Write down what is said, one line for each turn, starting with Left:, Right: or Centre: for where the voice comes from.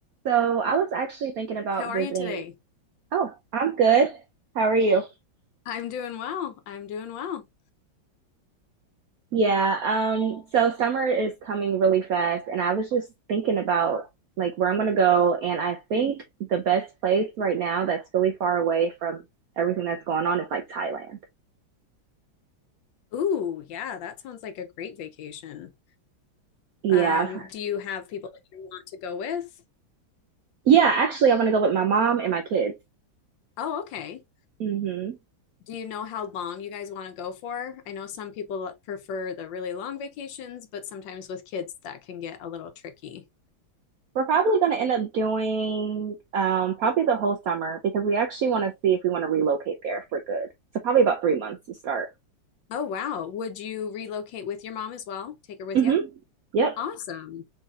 Right: So I was actually thinking about
Left: How are
Right: visiting.
Left: you today?
Right: Oh, I'm good. How are you?
Left: I'm doing well. I'm doing well.
Right: Yeah, um, so summer is coming really fast, and I was just thinking about like where I'm gonna go, and I think the best place right now that's really far away from everything that's going on is like Thailand.
Left: Ooh, yeah, that sounds like a great vacation.
Right: Yeah,
Left: Um,
Right: I've-
Left: do you have people that you want to go with?
Right: yeah, actually, I want to go with my mom and my kids.
Left: Oh, okay.
Right: hmm
Left: Do you know how long you guys want to go for? I know some people prefer the really long vacations, but sometimes with kids that can get a little tricky.
Right: We're probably gonna end up doing um, probably the whole summer because we actually want to see if we want to relocate there for good. So probably about three months to start.
Left: Oh, wow. Would you relocate with your mom as well? Take her with
Right: hmm
Left: you?
Right: Yep.
Left: Awesome.